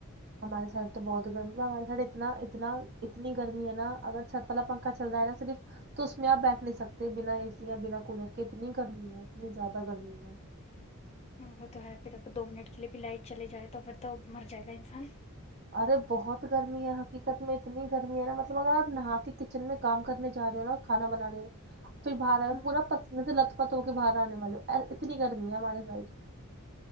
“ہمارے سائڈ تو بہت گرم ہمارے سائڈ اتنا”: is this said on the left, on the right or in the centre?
Right